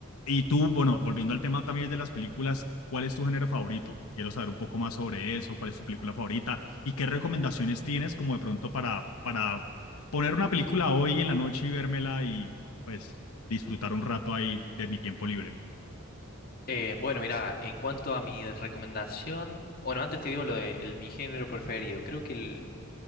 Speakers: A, on the left (about 80°); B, on the left (about 40°).
A: y tú, bueno, volviendo al tema también de las películas, ¿cuál es tu género favorito? Quiero saber un poco más sobre eso, cuál es tu película favorita y qué recomendaciones tienes como de pronto para, para poner una película hoy en la noche y vérmela y pues disfrutar un rato ahí de mi tiempo libre.
B: Eh, bueno, mira, en cuanto a mi recomendación, bueno, antes te digo lo de el- mi género preferido. Creo que el-